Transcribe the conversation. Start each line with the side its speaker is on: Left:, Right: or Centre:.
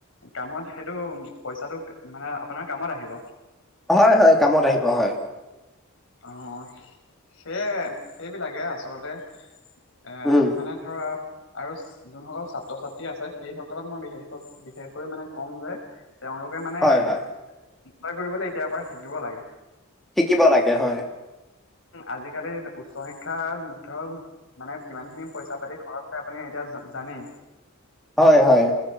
Left: কামত সেইটো পইচাটো মানে। আপোনাৰ কামত আহিব।
Centre: হয়। হয়। কামত আহিব হয়।
Left: অ', সেই সেইবিলাকে আচলতে। এ',
Centre: উম,
Left: মানে ধৰক। আৰু যোনসকল ছাত্ৰ-ছাত্ৰী আছে সেইসকলক মই বিশষ বিশেষকৈ মানে কম যে। তেওঁলোকে মানে
Centre: হয়,
Left: কৰিবলৈ
Centre: হয়,
Left: এতিয়াৰ পৰা শিকিব লাগে।
Centre: শিকিব লাগে হয়।
Left: আজিকালি উচ্চ শিক্ষাত ধৰক মানে কিমান খিনি পইচা পাতি খৰচ হয় আপুনি। এতিয়া জানে।
Centre: হয় হয়।